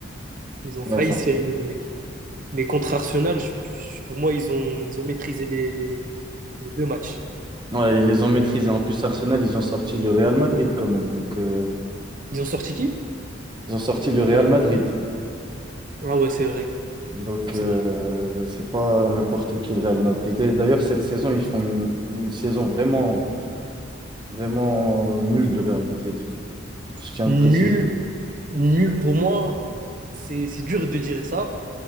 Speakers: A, on the right (about 40°); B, on the right (about 25°).
A: Ils ont
B: Mais
A: failli
B: ça
A: se
B: va.
A: faire éliminer. Mais contre Arsenal, je- je- pour moi, ils ont, ils ont maîtrisé les, les- les deux matchs.
B: Ouais, ils les ont maîtrisés. En plus, Arsenal, ils ont sorti le Real Madrid quand même. Donc, euh,
A: Ils ont sorti qui?
B: ils ont sorti le Real Madrid.
A: Ah ouais, c'est vrai,
B: Donc,
A: c'est
B: euh,
A: vrai.
B: c'est pas n'importe qui le Real Madrid. Et d'ailleurs, cette saison, ils font une, une saison vraiment vraiment nul le Real Madrid. Je tiens
A: Nul,
B: à le préciser.
A: nul pour moi, c'est, c'est dur de dire ça,